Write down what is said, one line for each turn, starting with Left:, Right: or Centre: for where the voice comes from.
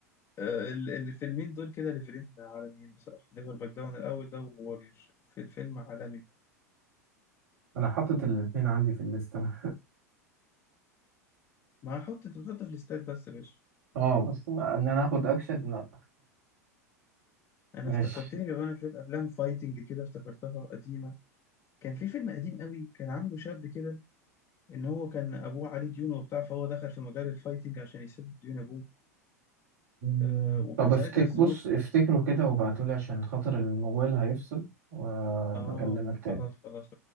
Left: آه، ال- الفيلمين دول كده ليفلين عالميين بصراحه نيفر باك داون الاول ده ووريور في الفيلم عالمي
Right: انا حاطط الاتنين عندي في الليستة
Left: ما هحط انت بتحط في الاستاد بس يا باشا
Right: اه بس ان انا اخد اكشن لا
Left: انا
Right: ماشي
Left: افتكرتني بيبقى انا شويه افلام فايتنج كده افتكرتها قديمه كان في فيلم قديم قوي كان عامله شاب كده ان هو كان ابوه عليه ديون وبتاع فهو دخل في مجال الفايتنج عشان يسدد ديون ابوه
Right: مم.
Left: آه وكان
Right: طب
Left: ساعتها
Right: افتك
Left: الذنوب
Right: بص افتكروا كده وابعتولي عشان خاطر الموبايل هيفصل وبكلمك
Left: اه
Right: تاني
Left: خلاص خلاص